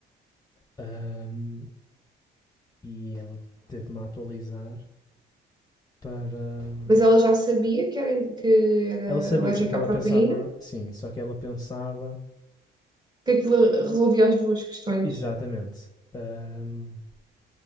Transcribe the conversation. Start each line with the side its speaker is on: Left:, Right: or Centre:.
Left: Hum, e ela teve-me a atualizar para hum,
Right: mas ela já sabia que era, que era
Left: Ela sabia,
Right: alérgica
Left: só que ela
Right: à proteína,
Left: pensava. Sim, só que ela pensava.
Right: que aquilo resolvia as duas questões.
Left: Exatamente. Ahm,